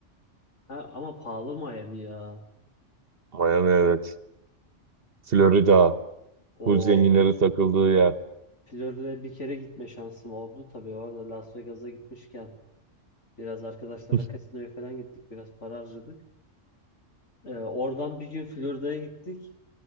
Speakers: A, on the left; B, on the right.
A: Ha, ama pahalı Miami ya.
B: Miami evet. Florida.
A: O
B: Full zenginlerin takıldığı yer.
A: Florida'ya bir kere gitme şansım oldu. Tabii orada Las Vegas'a gitmişken biraz arkadaşlarla
B: <laughs>
A: kasinoya falan gittik. Biraz para harcadık. Ee, oradan bir gün Florida'ya gittik.